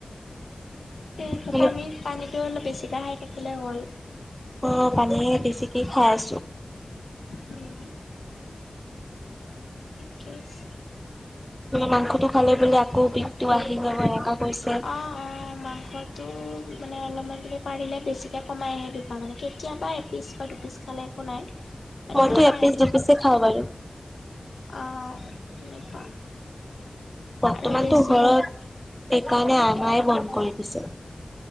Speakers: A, on the left (about 85°); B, in the centre.
A: সেই
B: মানে
A: পানী পানীটো অলপ বেছিকৈ খাই থাকিলে হ'ল।
B: অঁ! পানীয়ে বেছিকেই খাই আছোঁ।
A: উম ঠিকে <unintelligible>
B: তোমাৰ মাংসটো খালে বোলে আকৌ বিষটো আহি যাব এনেকা কৈছে।
A: অ অ মাংসটো মানে অলপমান তুমি পাৰিলে বেছিকৈ কমাইহে দিবা মানে। কেতিয়াবা এপিচ বা দুপিচ খালে একো নাই।
B: মইতো
A: ইমান খাই
B: এপিচ, দুপিচে খাওঁ বাৰু।
A: অঁ! এনেকুৱা।
B: বৰ্তমানতো
A: আৰু বেছি
B: ঘৰত
A: মই
B: সেইকাৰণে আনাই বন্ধ কৰি দিছে।